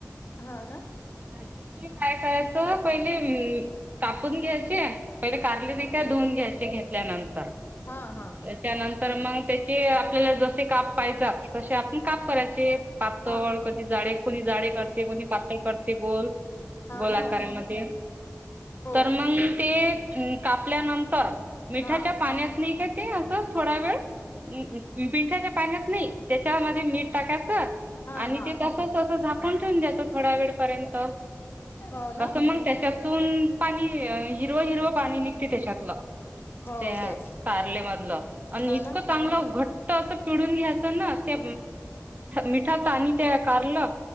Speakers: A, on the left; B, on the right.
A: हं ना?
B: भाजी च काय करायचं, पहिले हे कापून घ्यायचे. पहिले कारले, धुन घ्यायचे घेतल्यानंतर,
A: हा हा
B: त्याच्यानंतर, मग त्याचे आपल्या जमेल ते काप पाहिजात तसे आपण काप करायचे पातळ,
A: हा
B: कधी जाडे. कोणी जाडे, करते कोणी पातळ करते. ते गोल
A: हा
B: गोल
A: ना
B: आकारांमध्ये,
A: हो ना हो
B: तर मंग ते हम्म कापल्यानंतर, मिठाच्या
A: हा
B: पाण्यात नाही का तेअसं थोडा वेळ <unintelligible> मिठाच्या पाण्यात नाही, त्याच्या मध्ये मीठ टाकायचं. आणि
A: हा हा
B: ते तसं, तसं झाकून ठेवून दयाचं थोड्या वेळपर्यंत.
A: हो
B: कसं
A: ना
B: मग त्याच्यातून पाणी हिरवं, हिरवं पाणी निघते त्याच्यातलं.
A: हो
B: त्या
A: काय
B: कार्ले मधलं आणि
A: हो
B: इतकं
A: ना
B: चांगलं घट्ट असं पिळुन घ्यायचं ना, ते मिठात आणि ते कारलं.